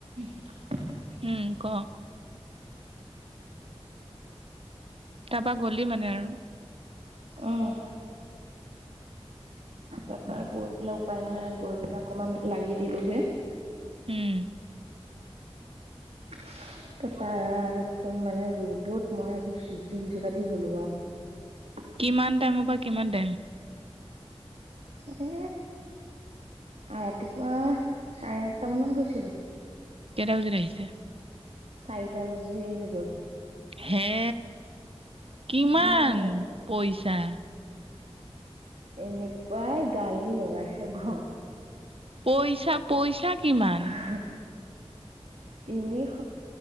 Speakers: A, on the right (about 80°); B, on the right (about 60°).
A: <inaudible>
B: উম ক? তা পা গ'লি মানে আৰু।
A: অ। তা পা গৈ পেলাই উপায় নাই গৈ পেলাই অকনমান লাগি দিলোগে।
B: উম
A: <inaudible> তা পা একদম মানে ৰ'দত মই আজি সিজি যোৱা দি গলো আও। <unintelligible>
B: কিমান টাইমৰ পৰা কিমান টাইম?
A: এ। আ ৰাতিপুৱা চাৰে আঠটা মানত গৈছিলো।
B: কেইটা বজাত আহিছে।
A: চাৰিটা বাজি গ'ল।
B: হে কিমান
A: উম
B: পইচা?
A: এনেকুৱাই গালি লগাইছে ঘ-
B: পইচা পইচা কিমান
A: <unintelligible> তিনিশ।